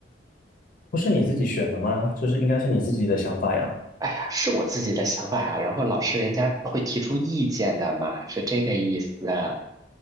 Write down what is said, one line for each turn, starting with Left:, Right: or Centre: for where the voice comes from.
Left: 不是你自己选的吗？就是应该是你自己的想法呀。
Right: 哎呀，是我自己的想法呀。然后老师人家会提出意见的嘛，是这个意思啊。